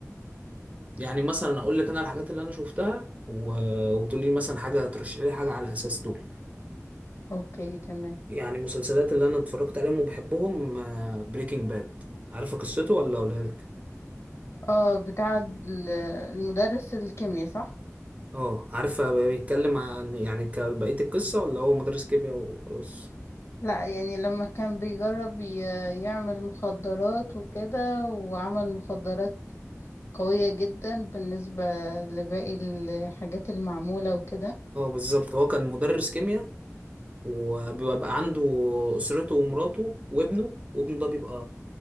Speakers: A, on the right (about 25°); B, on the left (about 55°).
A: يعني مثلا اقول لك انا الحاجات اللي انا شفتها و... وتقول لي مثلا حاجه ترشحي لي حاجه على اساس دول
B: اوكي تمام
A: يعني المسلسلات اللي انا اتفرجت عليهم وبحبهم بريكنج باد عارفه قصته ولا اقولها لك
B: اه بتاع ال- المدرس الكيمياء صح؟
A: اه عارفه بيتكلم عن يعني ك- بقيه القصه ولا هو مدرس كيمياء وخلاص
B: لا يعني لما كان بيجرب ي- يعمل مخدرات وكده وعمل مخدرات قوية جدا بالنسبة لباقي الحاجات المعمولة وكده
A: اه بالظبط هو كان مدرس كيمياء وبيبقى عنده اسرته ومراته وابنه وابنه ده بيبقى